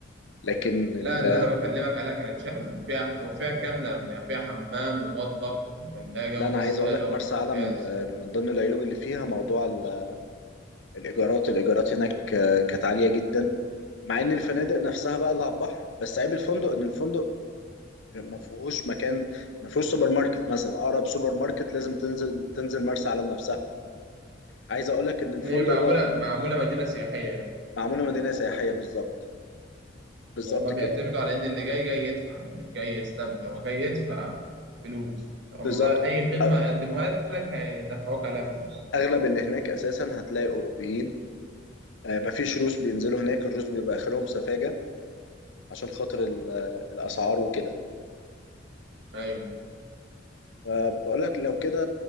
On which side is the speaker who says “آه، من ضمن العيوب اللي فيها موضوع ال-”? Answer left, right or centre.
Left